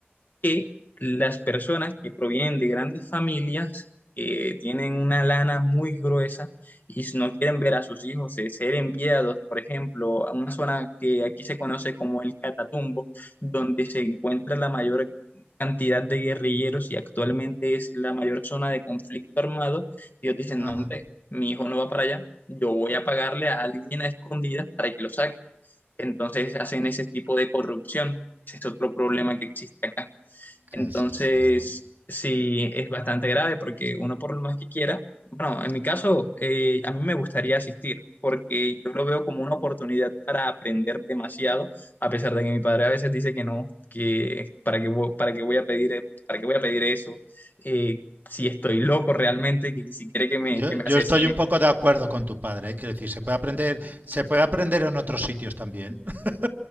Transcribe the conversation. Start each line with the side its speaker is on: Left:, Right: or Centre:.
Left: que las personas que provienen de grandes familias eh, tienen una lana muy gruesa y si no quieren ver a sus hijos eh, ser enviados, por ejemplo, a una zona que aquí se conoce como el Catatumbo, donde se encuentra la mayor cantidad de guerrilleros y actualmente es la mayor zona de conflicto armado, ellos dicen,
Right: Ajá.
Left: no, hombre, mi hijo no va para allá, yo voy a pagarle a alguien a escondidas para que lo saque. Entonces hacen ese tipo de corrupción. Ese es otro problema que existe acá. Entonces,
Right: ¿Qué es esto, no?
Left: sí, es bastante grave porque uno por lo más que quiera, bueno, en mi caso, eh, a mí me gustaría asistir porque yo lo veo como una oportunidad para aprender demasiado, a pesar de que mi padre a veces dice que no, que para qué, vo- para qué voy a pedir, eh, para qué voy a pedir eso, eh, si estoy loco realmente, que si quiere que me,
Right: Yo,
Left: que me
Right: yo,
Left: asesine.
Right: estoy un poco de acuerdo con tu padre, ¿eh? quiero decir, se puede aprender, se puede aprender en otros sitios también. <laughs>